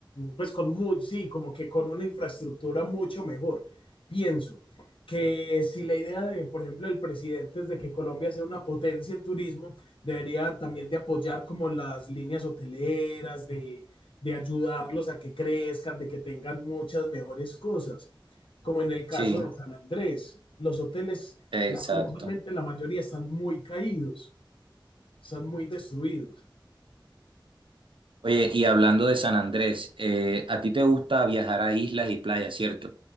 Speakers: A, on the left; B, on the right.
A: pues con mucho, sí, como que con una infraestructura mucho mejor. Pienso que si la idea de, por ejemplo, el presidente es de que Colombia sea una potencia en turismo, debería también de apoyar como las líneas hoteleras, de, de ayudarlos a que crezcan, de que tengan muchas mejores cosas como en el caso
B: Sí,
A: de San Andrés. Los hoteles,
B: exacto.
A: lastimosamente, la mayoría están muy caídos, están muy destruidos.
B: Oye, y hablando de San Andrés, eh, a ti te gusta viajar a islas y playas, ¿cierto?